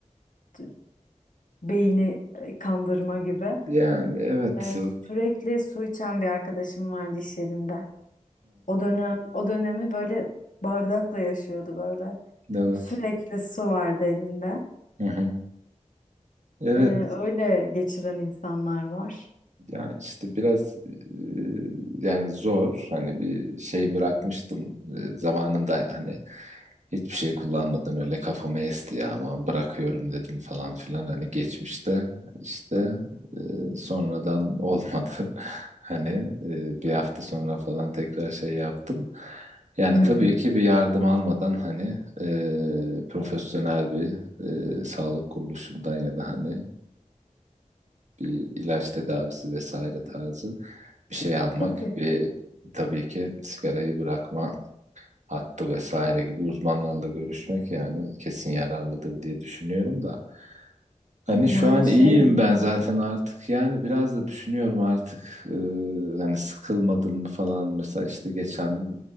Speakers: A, on the left (about 85°); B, on the right (about 65°).
A: t- beyni e, kandırma gibi.
B: yani evet
A: E,
B: Hı.
A: sürekli su içen bir arkadaşım vardı iş yerinde. O dönem o dönemi böyle bardakla yaşıyordu böyle.
B: evet
A: Sürekli su vardı elinde.
B: Hı hı. Evet
A: E, öyle geçiren insanlar var.
B: Ya işte biraz e, yani zor hani bir şey bırakmıştım e, zamanında hani hiçbir şey kullanmadan öyle kafama esti ya ama bırakıyorum dedim falan filan hani geçmişte işte e, sonradan olmadı <laughs> hani e, bir hafta sonra falan tekrar şey yaptım. Yani
A: Hmm.
B: tabii ki bir yardım almadan hani e, profesyonel bir e, sağlık kuruluşundan ya da hani bir ilaç tedavisi vesaire tarzı bir şey almak
A: Tabii.
B: ve tabii ki sigarayı bırakma hattı vesaire gibi uzmanlarla görüşmek yani kesin yararlıdır diye düşünüyorum da. Hani
A: Yani
B: şu an iyiyim
A: şey bir
B: ben
A: de
B: zaten artık yani biraz da düşünüyorum artık e, hani sıkılmadım mı falan mesela işte geçen